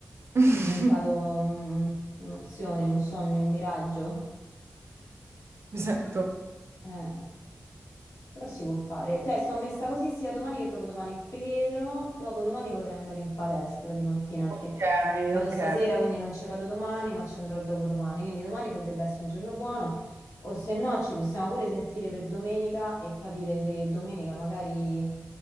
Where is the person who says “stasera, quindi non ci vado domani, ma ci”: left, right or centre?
Left